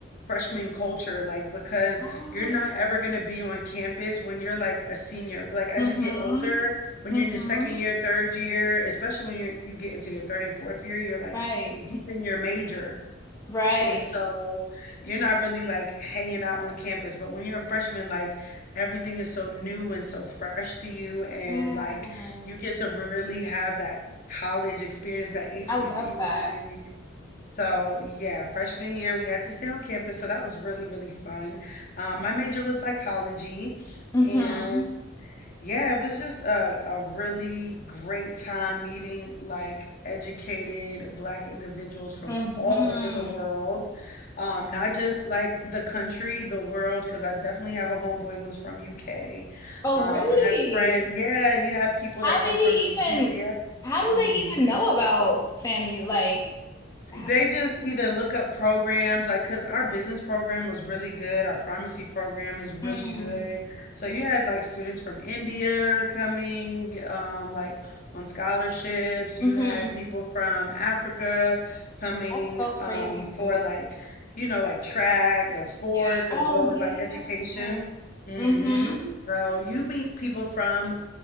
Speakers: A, on the left; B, on the left.
A: freshman culture, like because
B: Oh,
A: you're not ever going to be on campus when you're like a senior. Like as
B: Mm-hmm.
A: you get older, when
B: Mm-hmm.
A: you're in your second year, third year, especially when you you get into your third and fourth year, you're like
B: Right.
A: deep in your major.
B: Right.
A: And so you're not really like hanging out on campus. But when you're a freshman, like everything is so new and so fresh to you. And
B: Yeah.
A: like you get to really have that college experience, that HBCU
B: I love that.
A: experience. So yeah, freshman year we had to stay on campus. So that was really, really fun. Um, my major was psychology.
B: Mm-hmm.
A: And yeah, it was just a, a really great time meeting like educated black individuals from
B: Mm-hmm.
A: all over the world. Um, not just like the country, the world, because I definitely have a homeboy who's from UK.
B: Oh,
A: Um,
B: really?
A: I have friends, yeah, you have people
B: How
A: that
B: did
A: come
B: he
A: from Nigeria.
B: even, how do
A: hmm
B: they even know about FAMU? Like, ho-
A: they just either look up programs, like, because our business program was really good. Our pharmacy program is really
B: mm,
A: good. So you had like students from India coming, um, like on scholarships. You
B: hmm
A: had people from Africa coming,
B: That's so crazy
A: um, for
B: to me.
A: like, you know, like track, like sports,
B: Yeah. Oh,
A: as well
B: yeah.
A: as like education. hmm
B: Mm-hmm.
A: So you meet people from